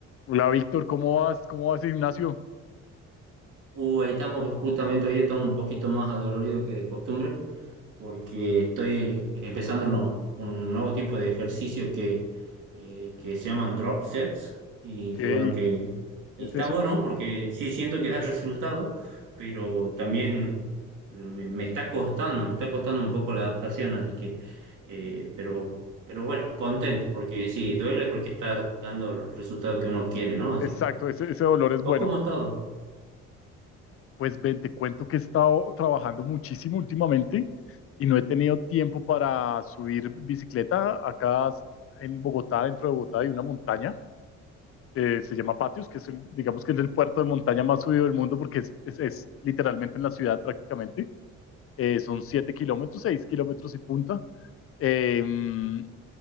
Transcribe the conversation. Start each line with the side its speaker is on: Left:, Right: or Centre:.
Left: Hola Víctor, ¿cómo vas? ¿Cómo vas, Ignacio?
Right: Uh, ahí estamos, justamente hoy estamos un poquito más adoloridos que de costumbre, porque estoy empezando uno- un nuevo tipo de ejercicio que, eh, que se llaman drop sets, y
Left: Ok, ¿qué
Right: que bueno, que está
Left: es eso?
Right: bueno porque sí siento que da resultado, pero también me, me está costando, me está costando un poco la adaptación, así que, eh, pero, pero bueno, contento, porque sí, duele porque está dando el resultado que uno quiere, ¿no? Así
Left: Exacto,
Right: que,
Left: ese, ese dolor es
Right: ¿vos
Left: bueno.
Right: cómo has estado?
Left: Pues ven, te cuento que he estado trabajando muchísimo últimamente y no he tenido tiempo para subir bicicleta. Acá en Bogotá, dentro de Bogotá, hay una montaña que se llama Patios, que es el, digamos que es el puerto de montaña más subido del mundo porque es, es- es literalmente en la ciudad prácticamente. Eh, son 7 kilómetros, 6 kilómetros y punta. Em,